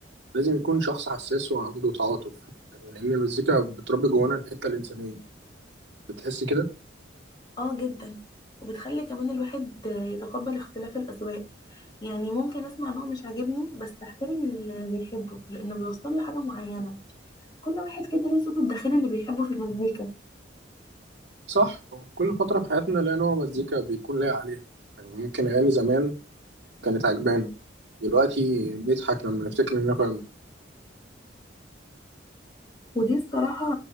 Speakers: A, on the right (about 70°); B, on the left (about 25°).
A: لازم يكون شخص حساس وعنده تعاطف يعني لان المزيكا بتربي جوانا الحتة الإنسانية بتحس كده
B: اه جدا وبتخلي كمان الواحد يتقبل اختلاف الأذواق يعني ممكن اسمع نوع مش عاجبني بس احترم اللي بيحبه لانه بيوصل له حاجة معينة كل واحد كده ليه صوته الداخلي اللي بيحبه في المزيكا
A: صح كل فترة في حياتنا ليها نوع مزيكا بيكون لايق عليها يعني ممكن أغاني زمان كانت عجبانا دلوقتي نضحك لما نفتكر إننا كنا
B: ودي الصراحة